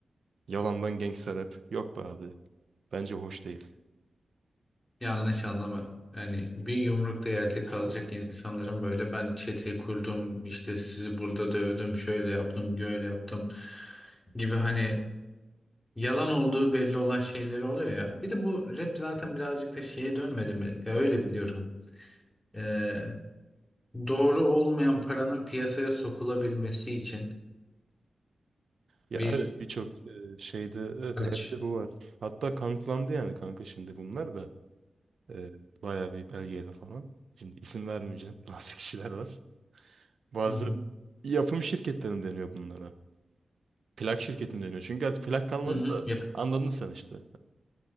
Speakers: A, on the right (about 70°); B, on the left (about 20°).
A: Yalandan gangsta rap. Yok be abi. Bence hoş değil.
B: Yanlış anlama. Yani bir yumrukta yerde kalacak insanların böyle ben çete kurdum işte sizi burada dövdüm şöyle yaptım böyle yaptım gibi hani yalan olduğu belli olan şeyleri oluyor ya. Bir de bu rap zaten birazcık da şeye dönmedi mi? Ya öyle biliyorum. Ee, doğru olmayan paranın piyasaya sokulabilmesi için
A: Ya
B: bir
A: evet birçok e, şeyde evet
B: araç.
A: rapte bu var. Hatta kanıtlandı yani kanka şimdi bunlar da. Ee, bayağı bir belgeyle falan. Şimdi isim vermeyeceğim. <laughs> Bazı kişiler var. Bazı
B: Hı hı.
A: yapım şirketlerim deniyor bunlara. Plak şirketim deniyor. Çünkü artık plak kalmadı
B: Hı hı.
A: da
B: Yap
A: anladın sen işte.